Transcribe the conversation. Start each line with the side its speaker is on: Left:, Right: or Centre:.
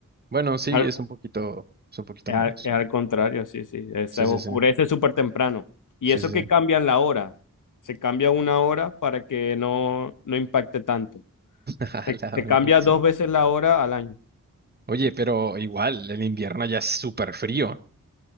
Right: bueno, sí,
Left: Es al,
Right: es un poquito, es un poquito
Left: es
Right: menos.
Left: al- es al contrario, sí, sí. eh, Se
Right: Sí,
Left: oscurece
Right: sí, sí.
Left: súper temprano. Y
Right: Sí,
Left: eso
Right: sí, sí.
Left: que cambian la hora. Se cambia una hora para que no, no impacte tanto.
Right: <laughs>
Left: Se,
Right: A la
Left: se
Right: mecha.
Left: cambia dos veces la hora al año.
Right: Oye, pero igual, el invierno ya es súper frío.